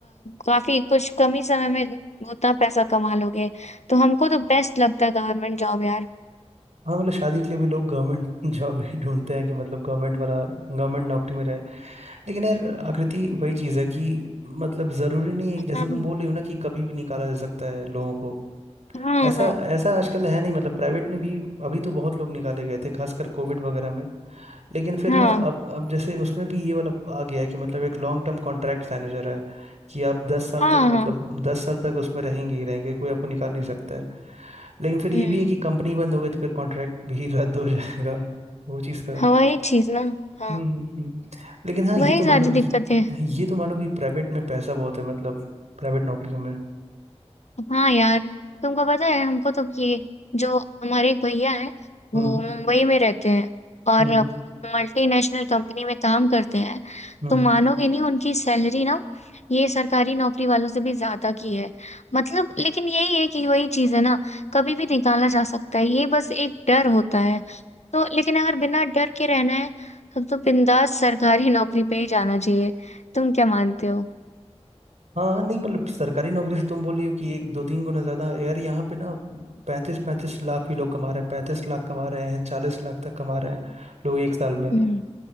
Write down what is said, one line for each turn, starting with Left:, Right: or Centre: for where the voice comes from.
Left: काफी कुछ कम ही समय में उतना पैसा कमा लोगे तो हमको तो बेस्ट लगता है गवर्नमेंट जॉब यार
Right: हाँ मतलब शादी के लिए भी लोग गवर्नमेंट जॉब <laughs> ही ढूंढते हैं कि मतलब गवर्नमेंट वाला गवर्नमेंट नौकरी में रहे लेकिन यार आकृति वही चीज़ है कि मतलब ज़रूरी नहीं है जैसे
Left: हाँ
Right: तुम बोल रही हो ना कि कभी भी निकाला जा सकता है लोगों को
Left: हाँ
Right: ऐसा
Left: हाँ
Right: ऐसा आजकल है नहीं मतलब प्राइवेट में भी अभी तो बहुत लोग निकाले गए थे खासकर कोविड वगैरह में लेकिन फिर
Left: हाँ
Right: ना अब अब जैसे उसमें भी ये वाला आ गया है कि मतलब एक लॉन्ग टर्म कॉन्ट्रैक्ट मैनेजर है कि आप दस साल
Left: हाँ
Right: तक मतलब
Left: हाँ
Right: दस साल तक उसमें रहेंगे ही रहेंगे कोई आपको निकाल नहीं सकता है लेकिन फिर
Left: हम्म
Right: ये भी है कि कंपनी बंद हो गई तो फिर कॉन्ट्रैक्ट भी <laughs> रद्द हो जाएगा वो चीज़ तो है
Left: हाँ वही चीज ना हाँ
Right: हम्म हम्म हम्म। लेकिन हाँ
Left: वही
Right: ये तो मानो
Left: सारी
Right: ये,
Left: दिक्कतें
Right: ये तो मानो कि प्राइवेट में पैसा बहुत है मतलब प्राइवेट नौकरियों में
Left: हाँ यार तुमको पता है हमको तो ये जो हमारे एक भैया हैं
Right: हम्म
Left: वो मुंबई में रहते हैं और
Right: हम्म
Left: मल्टीनेशनल कंपनी में काम करते हैं
Right: हम्म
Left: तो मानोगे नहीं उनकी सैलरी ना ये सरकारी नौकरी वालों से भी ज्यादा की है मतलब लेकिन यही है कि वही चीज है ना कभी भी निकाला जा सकता है ये बस एक डर होता है तो लेकिन अगर बिना डर के रहना है तब तो बिंदास सरकारी नौकरी पे ही जाना चाहिए तुम क्या मानते हो
Right: हाँ नहीं मतलब सरकारी नौकरी से तुम बोली हो कि एक दो तीन गुना ज्यादा यार यहाँ पे ना पैंतीस पैंतीस लाख भी लोग कमा रहे हैं पैंतीस लाख कमा रहे हैं चालीस लाख तक कमा रहे हैं लोग एक साल में
Left: हम्म